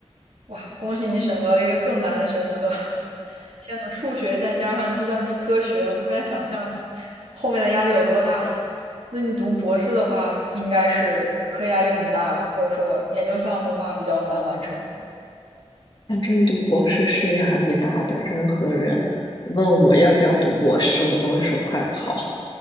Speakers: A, on the right (about 70°); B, on the left (about 45°).
A: 哇，恭喜你选择了一个更难的学科！<laughs> 天呐，数学再加上计算机科学，我都不敢想象后面的压力有多大。那你读博士的话，应该是课业压力很大吧？或者说研究项目的话比较难完成。
B: 反正读博士是压力大的，任何人问我要不要读博士，我都会说快跑。